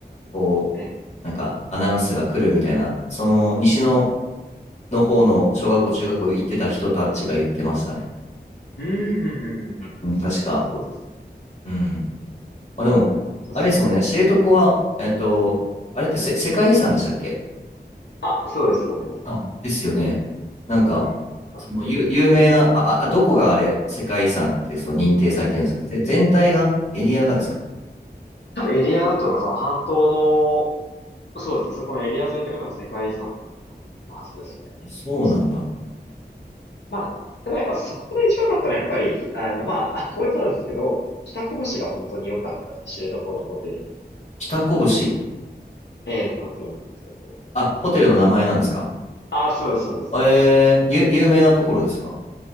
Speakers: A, on the left; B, on the left.
A: こう、
B: ええ。
A: なんかアナウンスが来るみたいな、その西野の方の小学校、中学校行ってた人たちが言ってましたね。
B: うん、うん、うん、うん。
A: うん、確か。
B: そうです。
A: うん。まあでも、
B: そうです。
A: あれですもんね、知床は、えっと、あれってせ世界遺産でしたっけ
B: あ、そうです、そうです。
A: あ、ですよね。なんか、
B: ええあ
A: その有、有名な、あ、あ、どこがあれ、世界遺産ってそう認定されてるんですかぜ、全体がエリアがですか
B: 多分エリアだと思います。あの半島の、そうですね、そこのエリア全体が多分世界遺産だったはずですね。
A: あそうなんだ。
B: おそらく。まあ、でもやっぱそこで一番良かったのはやっぱり、あの、まあ、あこういうことなんですけど、北拳が本当に良かったですね。知床のホテル。
A: 北拳。
B: えーと、ホテルなんですけど。
A: あ、ホテルの名前なんですか
B: あ、そうです、そうです。
A: えー、ゆ、有名なところですか